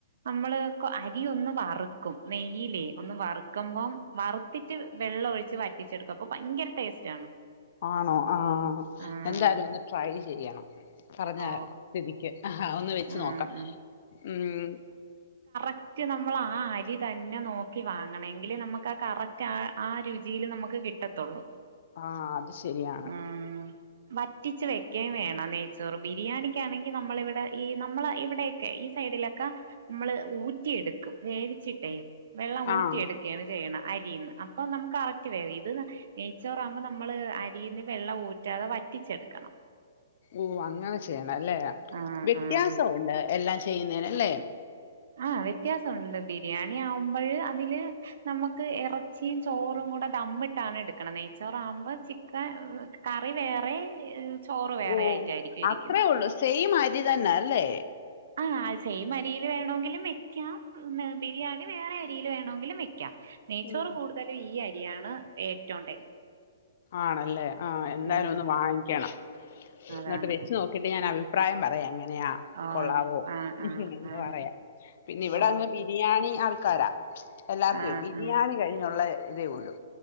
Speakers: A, on the right (about 60°); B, on the left (about 55°).
A: നമ്മള് അരിയൊന്നു വറുക്കും നെയ്യിലെ ഒന്ന് വറുക്കുമ്പോ വറുത്തിട്ട് വെള്ളം ഒഴിച്ച് വറ്റിച്ചെടുക്കുക അപ്പൊ ഭയങ്കര ടേസ്റ്റ് ആണ്
B: ആണോ ആഹ്
A: ആഹ്
B: എന്തായാലും ഒന്ന് ട്രൈ ചെയ്യണം പറഞ്ഞ
A: ഓ
B: സ്ഥിതിക്ക് ആഹ് ആഹ് ഒന്ന് വെച്ച്
A: ആഹ്
B: നോക്കാം
A: ആഹ്
B: ഉം
A: റ്റ് നമ്മൾ ആ അരി തന്നെ നോക്കി വാങ്ങണമെങ്കില് നമുക്ക് ആ കറക്റ്റ് ആ ആ രുചിയില് നമുക്ക് കിട്ടത്തുള്ളൂ
B: ആഹ് അത് ശരിയാണ്
A: ഉം വറ്റിച്ച് വെ ഓക്കേ വേണം നെയ്ച്ചോറ് ബിരിയാണിക്കാണെങ്കിൽ നമ്മള് ഇവിടെ ഈ നമ്മളെ ഇവിടെൊക്കെ ഈ സൈഡിലൊക്കെ നമ്മള് ഊറ്റിയെടുക്കും വേവിച്ചിട്ടേ വെള്ളം ഊറ്റിയെടുക്കുകയാണ്
B: ആഹ്
A: ചെയ്യണെ അരിന്ന് അപ്പൊ നമുക്ക് കറക്റ്റ് വേവും ഇത് നെയ്ച്ചോറാകുമ്പോ നമ്മള് അരിന്ന് വെള്ളം ഊറ്റാതെ വറ്റിച്ചെടുക്കണം
B: ഓഹ് അങ്ങനെ ചെയ്യണം അല്ലെ
A: ആഹ്
B: വ്യത്യാസമുണ്ട്
A: ആഹ്
B: എല്ലാം ചെയുന്നനെനുയല്ലേ
A: ആഹ് വ്യത്യാസമുണ്ട് ബിരിയാണി ആവുമ്പോഴ് അതില് നമ്മുക്ക് ഇറച്ചിയും ചോറും കൂടെ ദാമ്മിട്ടാണ് എടുക്കണെ നെയ്ച്ചോറ് ആകുമ്പോ ചിക്കൻ കറി വേറെ ചോറ് വേറെ
B: ഓ
A: ആയിട്ടായിരിക്കും ഇരിക്കുന്നെ
B: അത്രേ ഉള്ളു സെയിം അരി തന്നെ ല്ലേ
A: ആ ആ സെയിം അരിൽ വേണോ ങ്കിലും വെക്കാം ബിരിയാണി വേറെ അരിയിൽ വേണമെങ്കിലും വെക്കാം നെയ്യ്ച്ചോറ്
B: ഉം
A: കൂടുതലും ഈ അരി <unintelligible> ഏറ്റവും ടേസ്റ്റ്
B: ആണല്ലേ ആ എന്തായാലും
A: ഉം
B: ഒന്ന് വാങ്ങിക്കണം
A: അതാണ്
B: എന്നിട്ട് വെച്ച് നോക്കിട്ട് ഞാൻ അഭിപ്രായം പറയാം എങ്ങനെയാ
A: ഓ
B: കൊള്ളാവോ
A: ആഹ് ആഹ്
B: എന്താ
A: ആഹ്
B: പറയാ പിന്നെ ഇവിടെ
A: ഓ
B: അങ്ങ് ബിരിയാണി ക്കരാ എല്ലാർക്കും
A: ആഹ്
B: ബിരിയാണി
A: ആഹ്
B: കഴിഞ്ഞുള്ള ഇതേ ഉള്ളൂ